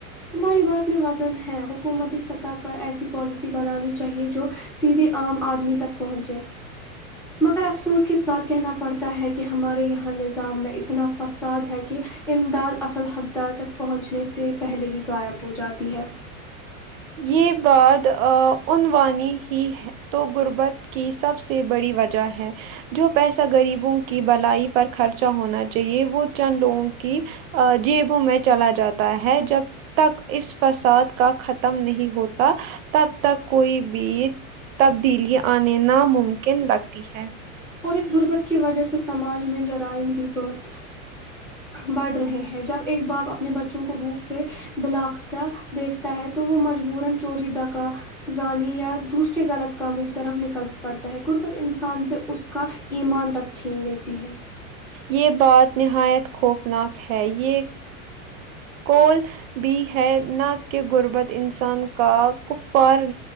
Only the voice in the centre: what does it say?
تمہاری بات میں وزن ہے حکومتی سطح پر ایسی پالیسی بنانی چاہیے جو سیدھے عام آدمی تک پہنچے مگر افسوس کے ساتھ کہنا پڑتا ہے کہ ہمارے یہاں نظام میں اتنا فساد ہے کہ امداد اصل حقدار تک پہنچنے سے پہلے ہی غائب ہو جاتی ہے
اور اس غربت کی وجہ سے سماج میں جرائم بھی بہت بڑھ رہے ہیں جب ایک باپ اپنے بچوں کو بھوک سے بلاخت دیکھتا ہے تو وہ مجبوران چوری دکا زانی یا دوسرے غلط کاموں کی طرف نکل پڑتا ہے غربت انسان سے اس کا ایمان تک چھین لیتی ہے